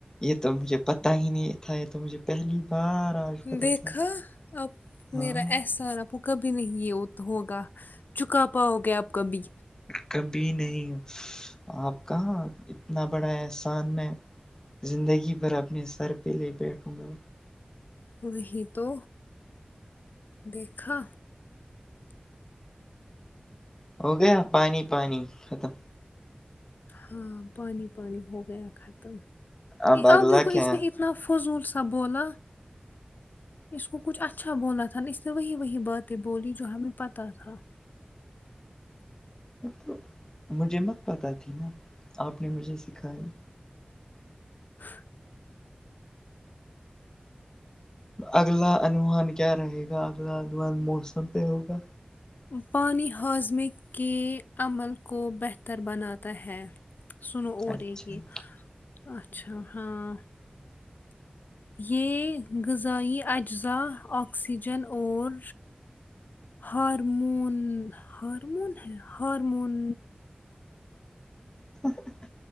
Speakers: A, on the left; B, on the left.
A: یہ تو مجھے پتا ہی نہیں تھا یہ تو مجھے پہلی بار آج پتہ
B: دیکھا
A: چلا
B: اب
A: ہاں
B: میرا احسان آ کبھی نہیں ہوگا چکا پاؤ گیا آپ کبھی
A: کبھی نہیں آپ کہاں اتنا بڑا احسان میں زندگی بھر اپنے سر پہ لے بیٹھوں گا
B: خ ہی تو دیکھا
A: ہو گیا پانی پانی ختم
B: ہاں پانی پانی ہو گیا ختم
A: اب
B: ا
A: اگلا
B: آپ دیکھو
A: کیا
B: اس نے <unintelligible> فضول سا بولاں اس کو کچھ اچھا بونا تھا ن اس نے وہی وہی باتیں بولی جو ہمیں پتہ تھا
A: تو مجھے مت پتہ تھی نا آپ نے مجھے سکھائی
B: ہاں <unintelligible>
A: اگلا انوومان کیا رہے گا اگلا انومان موسم پہ ہوگا
B: پانی ہاضمے کے عمل کو بہتر بناتا ہے سنو اور
A: اچھا
B: رہی کہ اچھا ہاں یہ غذائی اجزاء آکسیجن اور ہارمون ہارمون ہے ہارمون
A: ہاں <unintelligible>